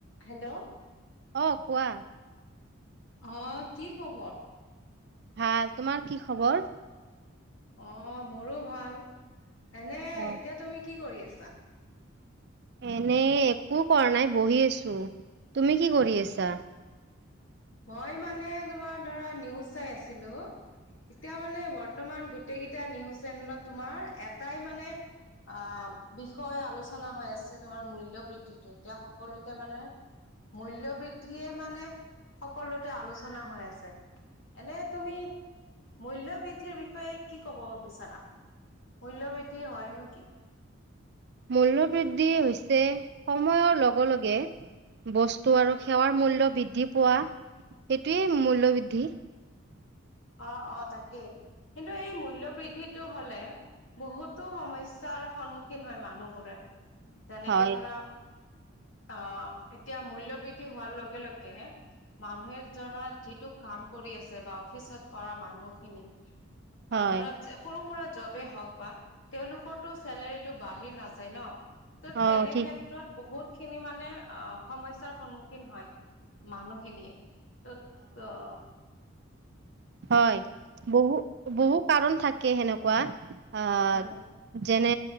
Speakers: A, on the left; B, on the right.
A: হেল্ল'।
B: অ' কোৱা।
A: অ কি খবৰ।
B: ভাল তোমাৰ কি খবৰ।
A: অ। মোৰো ভাল এনে এতিয়া
B: অ
A: তুমি কি কৰি আছা। ছা।
B: এনে একো কৰা নাই বহি আছোঁ তুমি কি কৰি আছা।
A: মই মানে তোমাৰ ধৰা নিউজ চাই আছিলোঁ। এতিয়া মানে বৰ্তমান গ। গোটেইকেইটা নিউজ চেনেলত তোমাৰ এটাই মানে আহ বিষয় আলোচনা হৈ আছে তোমাৰ মূল্য বৃদ্ধিটো এতিয়া সকলোতে মানে মূল্য বৃদ্ধিয়ে মানে। সকলোতে আলোচনা হৈ আছে এনে তুমি মূল্যয় বৃদ্ধিৰ বিষয়ে কি কব বিচাৰা মূল্্যবৃদ্ধি হয় নোকি
B: মূল্যবৃদ্ধি হৈছে সময়ৰ লগে লগে বস্তু
A: উম।
B: আৰু সেৱাৰ মূল্য বৃদ্ধি পোৱা সেইটোৱেই মূল্য বৃদ্ধি
A: অ অ তাকেই কিন্তু এই মূল্্য বৃদ্ধিটো হলে বহুতো সমস্যা চাৰ সন্মুখীন হয় মানুহবোৰে যেনেকে
B: হয়
A: ধৰা অ', এতিয়া মূল্যবৃদ্ধি হোৱাৰ লগে লগে, মানুহে দাৰা যিটো কাম কৰি আছে বা অফিচত অ', মানুহখিনি বা
B: হয়
A: ধৰা, সৰু-সুৰা জবেই হওক বা, তেওঁলোক ক'তো চেলাৰীটো বাঢ়ি নায যায় ন' ত'
B: অ
A: তেনে
B: ঠিক
A: ক্ষেত্ৰত বহুত খিনি মানে অ', সমস্যাৰ সন্মুখীন হয় মানুহখিনিয়ে। ত'ত অ'।
B: হয়, বহু, বহু কাৰণ থাকে সেনেকুৱা। আহ
A: উম।
B: যেনে